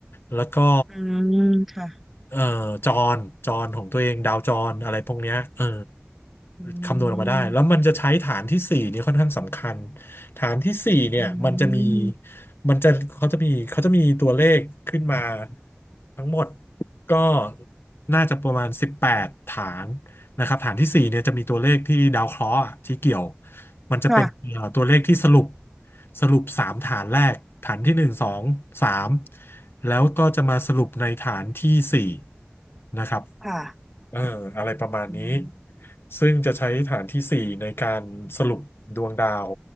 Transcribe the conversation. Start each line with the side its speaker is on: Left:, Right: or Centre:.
Left: แล้วก็
Centre: อืมค่ะ
Left: เอ่อจรจรของตัวเองดาวจรอะไรพวกเนี้ยเออ
Centre: อื
Left: คำนวณออกมาได้แล้วมันจะใช้ฐานที่สี่นี่ค่อนข้างสำคัญ
Centre: ม
Left: ฐานที่สี่เนี่ยมันจะมี
Centre: อืม
Left: มันจะเขาจะมีเขาจะมีตัวเลขขึ้นมาทั้งหมด ก็น่าจะประมาณ 18 ฐานนะครับ ฐานที่ 4 เนี่ยจะมีตัวเลขที่ดาวเคราะห์อะที่เกี่ยว มันจะเป็นเอ่อตัวเลขที่สรุป
Centre: ค่ะ
Left: สรุป 3 ฐานแรกฐานที่ 1 2 3 แล้วก็จะมาสรุปในฐานที่ 4 นะครับ
Centre: ค่ะ
Left: เอออะไรประมาณนี้
Centre: อืม
Left: ซึ่งจะใช้ฐานที่สี่ในการสรุปดวงดาว